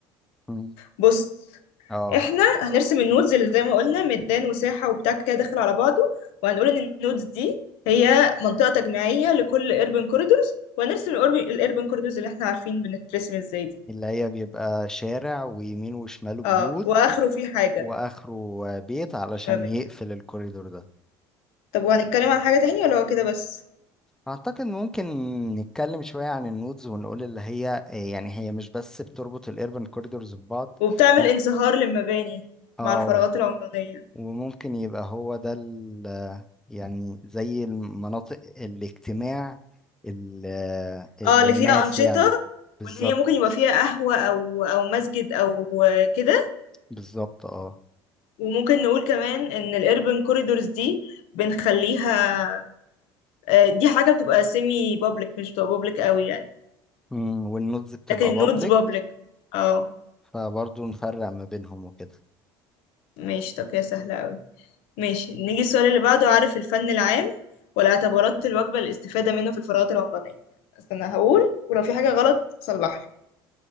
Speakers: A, in the centre; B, on the left.
A: مم.
B: بص
A: اه
B: احنا هنرسم النودز اللي زي ما قلنا ميدان وساحة وبتاع كده داخل على بعضه وهنقول ان النودز دي هي منطقة تجميعية لكل urban corridors وهنرسم الأربن corridors اللي احنا عارفين بنترسم ازاي دي
A: اللي هي بيبقى شارع ويمينه وشماله بيوت
B: اه واخره في حاجة
A: واخره بيت علشان
B: في مباني
A: يقفل الكوريدور ده
B: طب وهنتكلم عن حاجة تانية ولا هو كده بس
A: اعتقد ممكن نتكلم شوية عن النودز ونقول اللي هي إيه يعني هي مش بس بتربط الايربن كوريدورز ببعض
B: وبتعمل
A: م-
B: انصهار للمباني
A: اه
B: مع الفراغات العمرانية
A: وممكن يبقى هو ده ال- يعني زي المناطق الاجتماع ال- آه، للناس
B: اه اللي فيها أنشطة
A: يعني بالظبط
B: وإن هي ممكن يبقى فيها قهوة أو أو مسجد أو كده
A: بالظبط اه
B: وممكن نقول كمان إن الأربن كوريدورز دي بنخليها آه، دي حاجة بتبقى سيمي بابليك مش بتبقى بابليك قوي يعني
A: مم، والنودز بتبقى
B: لكن النودز
A: بابليك
B: بابليك اه
A: فبرضه نفرق ما بينهم وكده
B: ماشي طب كده سهلة قوي ماشي نيجي السؤال اللي بعده عارف الفن العام والاعتبارات الواجبة للاستفادة منه في الفراغات العمرانية استنى هقول ولو في حاجة غلط صلحلي